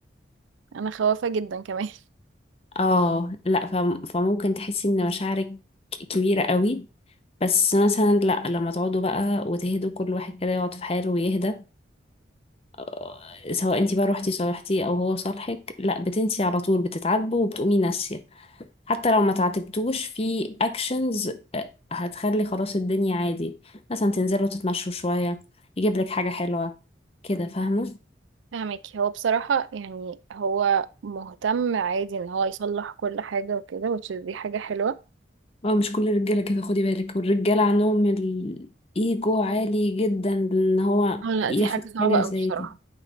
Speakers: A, on the right (about 80°); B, on the left (about 30°).
A: انا خوافة جدا كمان
B: اه لا فم- فممكن تحسي ان مشاعرك كبيرة قوي بس مثلا لا لما تقعدوا بقى وتهدوا كل واحد كده يقعد في حاله ويهدى آه، سواء انتي بقى روحتي صالحتيه او هو صالحك لا بتنسي على طول بتتعاتبوا وبتقومي ناسية حتى لو ما تعاتبتوش في اكشنز هتخلي خلاص الدنيا عادي مثلا تنزلوا تتمشوا شوية يجيب لك حاجة حلوة كده فاهمة
A: <laughs> فاهمك هو بصراحة يعني هو مهتم عادي ان هو يصلح كل حاجة وكده which is دي حاجة حلوة
B: اه مش كل الرجالة كده خدي بالك والرجالة عندهم الايجو عالي جدا ان هو
A: اه لا
B: ياخد
A: دي حاجة صعبة
B: حاجة
A: قوي
B: زي
A: بصراحة
B: دي